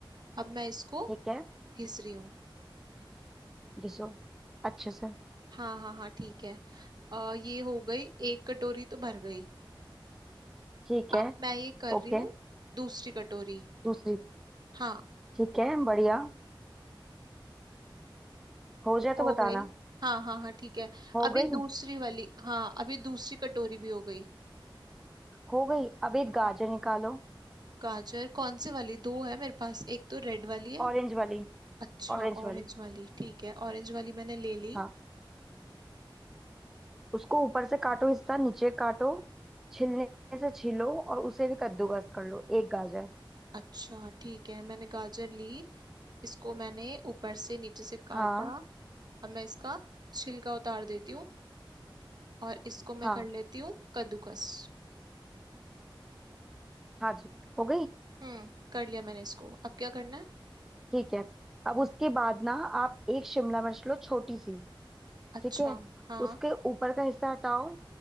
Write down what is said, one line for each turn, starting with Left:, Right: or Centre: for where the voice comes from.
Right: अब मैं इसको
Centre: ठीक है
Right: घिस रही हूँ
Centre: घिसो अच्छे से
Right: हाँ हाँ हाँ ठीक है अ, ये हो गई एक कटोरी तो भर गई
Centre: ठीक है
Right: अब मैं ये कर
Centre: ओके
Right: रही हूँ दूसरी कटोरी
Centre: दूसरी
Right: हाँ
Centre: ठीक है बढ़िया हो जाए
Right: हो
Centre: तो बताना
Right: गई हाँ हाँ हाँ ठीक है
Centre: हो
Right: अब ये
Centre: गई
Right: दूसरी वाली हाँ अब ये दूसरी कटोरी भी हो गई
Centre: हो गई अब एक
Right: हाँ
Centre: गाजर निकालो
Right: गाजर कौन से वाली दो है मेरे पास एक तो रेड वाली है
Centre: ऑरेंज वाली
Right: अच्छा
Centre: ऑरेंज वाली
Right: ऑरेंज वाली ठीक है ऑरेंज वाली मैंने ले ली
Centre: हाँ उसको ऊपर से काटो हिस्सा नीचे काटो छिलने से छीलो और उसे भी कद्दूकस कर लो एक गाजर
Right: अच्छा ठीक है मैंने गाजर ली इसको मैंने ऊपर से नीचे से काटा
Centre: हाँ
Right: अब मैं इसका छिलका उतार देती हूँ और इसको मैं
Centre: हाँ
Right: कर लेती हूँ कद्दूकस
Centre: हाँ जी हो गई
Right: हम्म कर लिया मैंने इसको अब क्या करना है
Centre: ठीक है अब उसके बाद ना आप एक शिमला मिर्च लो छोटी सी
Right: अच्छा
Centre: ठीक है
Right: हाँ
Centre: उसके ऊपर का हिस्सा हटाओ